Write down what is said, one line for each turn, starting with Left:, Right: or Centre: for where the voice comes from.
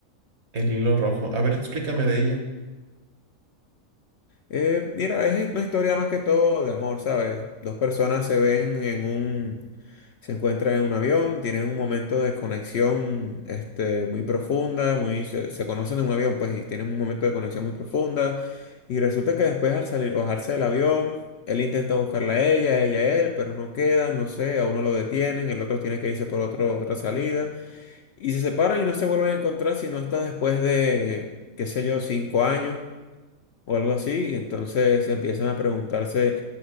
Right: El hilo rojo. A ver, explícame de ella.
Left: Eh, mira, es una historia más que todo de amor, ¿sabes? Dos personas se ven en un, se encuentran en un avión, tienen un momento de conexión, este, muy profunda, muy, se, se conocen en un avión, pues, y tienen un momento de conexión muy profunda. Y resulta que después al salir, bajarse del avión, él intenta buscarla a ella, ella a él, pero no quedan, no sé, a uno lo detienen, el otro tiene que irse por otro, otra salida. Y se separan y no se vuelven a encontrar sino hasta después de, qué sé yo, cinco años o algo así, y entonces empiezan a preguntarse